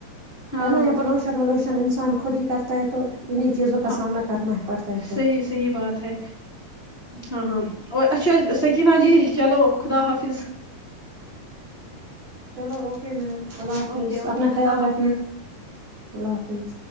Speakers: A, on the left; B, on the right.
A: ہاں
B: ہے ن یہ پلوشن ولوشن ھا انسان خود ہی کرتا ہے تو انہیں چیزوں کا
A: ہاں
B: سامنا کرنا ہی پڑتا ہے پھر
A: صحی صحی بات ہے ہاں ہاں اور اچا سکینہ جی چلو خدا حافظ
B: چلو اوکے میم اللہ حافظ
A: اوکے اوکے
B: اپنا خیال
A: خدا حافظ
B: رکھنا اللہ حافظ